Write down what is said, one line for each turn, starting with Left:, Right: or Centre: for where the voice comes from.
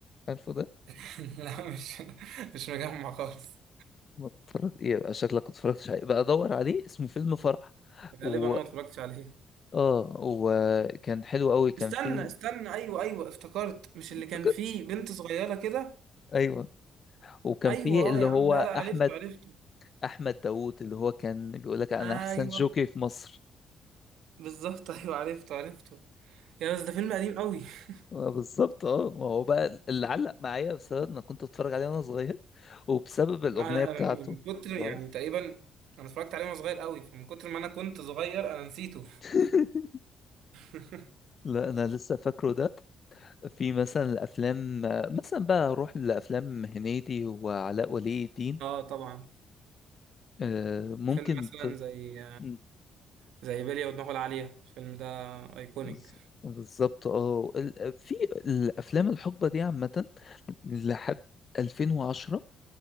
Left: عارفه ده
Right: <laughs> لا مش مش مجمع خالص
Left: ما اتفرج يبقى شكلك ما اتفرجتش عليه بقى ادور عليه اسمه فيلم فرح و
Right: غالبا انا ما اتفرجتش عليه
Left: اه وكان حلو قوي كان
Right: استنى
Left: فيه
Right: استنى ايوه ايوه افتكرت مش اللي
Left: افتكر
Right: كان فيه بنت صغيره كده
Left: ايوه وكان
Right: ايوه
Left: فيه
Right: اه
Left: اللي
Right: يا
Left: هو
Right: عم لا
Left: احمد
Right: لا عرفته عرفته
Left: احمد داوود اللي هو كان بيقول لك انا
Right: ايوه
Left: احسن جوكي في مصر
Right: بالظبط <laughs> ايوه عرفته عرفته يا بس ده فيلم قديم قوي <laughs>
Left: آه، بالظبط اه ما هو بقى اللي علق معايا بسبب انا كنت بتفرج عليه وانا صغير وبسبب الاغنيه
Right: انا
Left: بتاعته
Right: انا من كتر يعني
Left: آه.
Right: تقريبا انا اتفرجت عليه وانا صغير قوي فمن كتر ما انا كنت صغير انا نسيته
Left: <laughs>
Right: <laughs>
Left: لا انا لسه فاكره ده في مثلا الافلام مثلا بقى اروح لافلام هنيدي وعلاء ولي الدين
Right: اه طبعا
Left: آه، ممكن
Right: فيلم مثلا
Left: في
Right: زي
Left: مم.
Right: زي بلية ودماغه العالية الفيلم ده ايكونيك
Left: بز- بالظبط اه ال- في الافلام الحقبه دي عامه لحد 2010